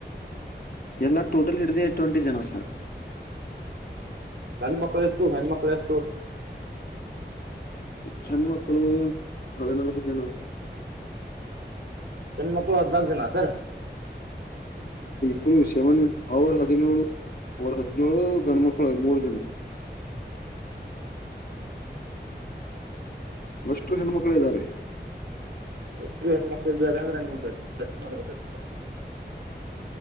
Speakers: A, on the left (about 55°); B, on the right (about 85°).
A: ಎಲ್ಲ ಟೋಟಲ್ ಹಿಡಿದು ಟ್ವೆಂಟಿ ಜನ ಸರ್
B: ಗಂಡು ಮಕ್ಕಳು ಎಷ್ಟು ಹೆಣ್ಣ ಮಕ್ಳು ಎಷ್ಟು
A: ಹೆಣ ಮಕ್ಕಳು ಹದಿನಾಲ್ಕು ಜನ
B: ಹೆಣ ಮಕ್ಳು ಹದ್ನಾಕು ಜನ ಸರ್
A: ಇಬ್ ಶವನ್ ಅವರ್ ಹದಿನೇಳು ಅವರ್ ಹದಿನೇಳು ಗಂಡ ಮಕ್ಳು ಮೂರು ಜನ <inaudible> ಅಷ್ಟು ಹೆಣ್ಣ್ಮಕ್ಳ ಇದ್ದಾರೆ
B: ಆಸ್ಟ್ರು ಹೆಣ್ಣು ಮಕ್ಳು ಇದಾರೆ ಅಂದ್ರೆ ನಿಮಗೆ <unintelligible>